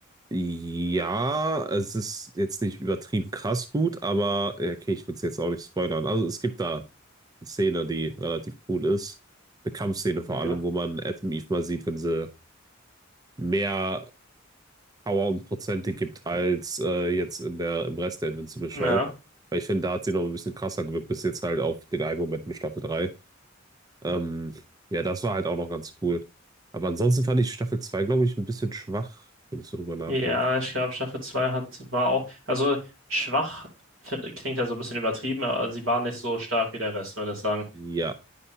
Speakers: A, on the right (about 20°); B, on the right (about 75°).
A: Ja, es ist jetzt nicht übertrieben krass gut, aber ja, okay, ich will es jetzt auch nicht spoilern. Also es gibt da eine Szene, die relativ cool ist. Eine Kampfszene vor
B: Okay.
A: allem, wo man Adam Eve mal sieht, wenn sie mehr Power und Prozente gibt als äh, jetzt in der, im Rest der Invincible Show.
B: Ja.
A: Weil ich finde, da hat sie noch ein bisschen krasser gewirkt, bis jetzt halt auf den einen Moment in Staffel 3. Ähm, ja, das war halt auch noch ganz cool. Aber ansonsten fand ich Staffel 2 glaube ich, ein bisschen schwach, wenn ich so drüber nachdenke.
B: Ja, ich glaube, Staffel 2 hat, war auch, also schwach find- klingt ja so ein bisschen übertrieben, aber sie war nicht so stark wie der Rest, würde ich sagen.
A: Ja.